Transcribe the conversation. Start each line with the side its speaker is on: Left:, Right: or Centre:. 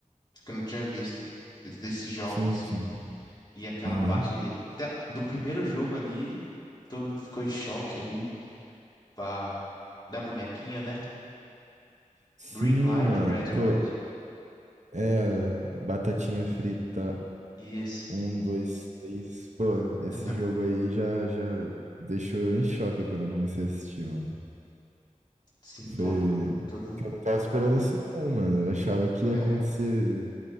Left: que eu não tinha visto des- desses jogos,
Right: Sim,
Left: assim.
Right: sim.
Left: E aquela
Right: Aham.
Left: parte da- do primeiro jogo ali, todo mundo ficou em choque ali, pá, da bonequinha, né?
Right: Sim,
Left: Green light,
Right: mano.
Left: red light.
Right: Pô, é. Batatinha frita.
Left: Isso.
Right: Um, dois, três. Pô, esse
Left: <laughs>
Right: jogo aí já, já deixou eu em choque quando eu comecei a assistir, mano.
Left: Sim,
Right: Foi.
Left: pô. Todo mundo.
Right: que Eu não tava esperando isso, não, mano. Eu achava que ia
Left: É,
Right: acontecer